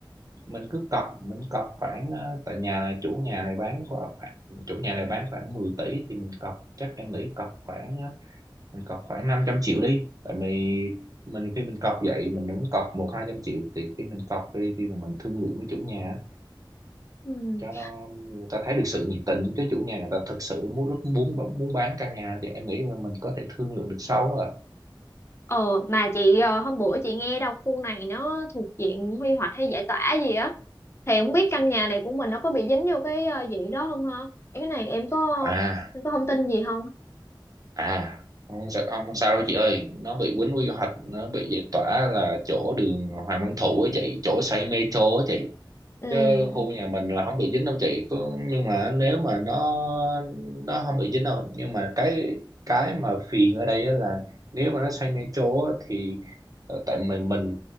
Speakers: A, on the right; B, on the left.
A: mình cứ cọc mình cọc khoảng ờ, tại nhà này chủ nhà này bán có khoảng chủ nhà này bán khoảng 10 tỷ thì mình cọc chắc em nghĩ cọc khoảng ờ, mình cọc khoảng 500 triệu đi tại mình mình khi mình cọc vậy mình vẫn cọc một hai trăm triệu thì khi mình cọc đi thì mình thương lượng với chủ nhà
B: ừ
A: cho nó người ta thấy được sự nhiệt tình chứ chủ nhà người ta thực sự muốn rất muốn muốn bán căn nhà thì em nghĩ là mình có thể thương lượng được sau à
B: Ờ mà chị ờ, hôm bữa chị nghe đâu khu này nó thuộc diện quy hoạch hay giải tỏa gì á thì không biết căn nhà này của mình nó có bị dính vô cái ờ, diện đó không ha? Cái này em có
A: à
B: em có thông tin gì không?
A: à không sao, ông không sao đâu chị ơi nó bị quýnh quy hoạch nó bị giải tỏa là chỗ đường Hoàng Văn Thụ á chị chỗ xây metro á chị
B: Ừ
A: chứ khu nhà mình là không bị dính đâu chị có nhưng mà nếu mà nó nó không bị dính đâu nhưng mà cái cái mà phiền ở đây á là nếu mà nó xây metro á thì ờ, tại mình mình